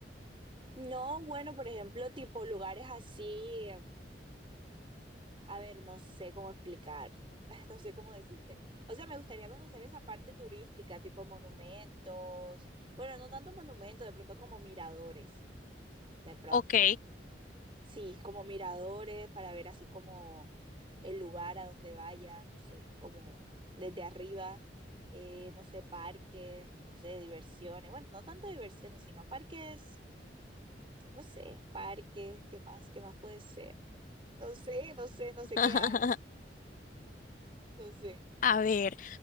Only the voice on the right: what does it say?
No, bueno, por ejemplo, tipo lugares así. A ver, no sé cómo explicar, <laughs> no sé cómo decirte. O sea, me gustaría conocer esa parte turística, tipo monumentos. Bueno, no tanto monumentos, de pronto como miradores, de pronto.
Sí, como miradores para ver así como el lugar a donde vaya, no sé, como desde arriba, eh, no sé, parques, no sé, diversiones. Bueno, no tanto diversiones, sino parques, no sé, parques, ¿qué más? ¿Qué más puede ser? No sé, no sé, no sé
qué hay, no sé.